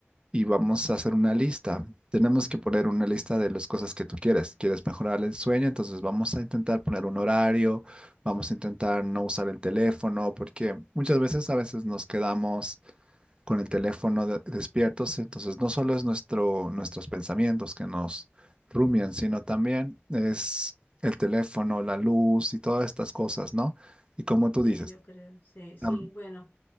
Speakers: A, on the right; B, on the left.
A: y vamos a hacer una lista. Tenemos que poner una lista de las cosas que tú quieres. ¿Quieres mejorar el sueño? Entonces vamos a intentar poner un horario, vamos a intentar no usar el teléfono, porque muchas veces a veces nos quedamos con el teléfono de- despiertos. Entonces, no solo es nuestro, nuestros pensamientos que nos rumian, sino también es el teléfono, la luz y todas estas cosas, ¿no? Y como tú
B: Sí,
A: dices,
B: yo creo, sí, sí,
A: am-
B: bueno,